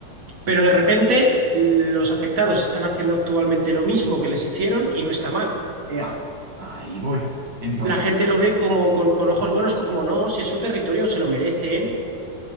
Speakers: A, on the right; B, on the right.
A: Pero de repente los afectados están haciendo actualmente lo mismo que les hicieron y no está mal.
B: Ea, ahí voy. Entonces,
A: La gente lo ve como con, con ojos buenos, como no, si es su territorio, se lo merecen.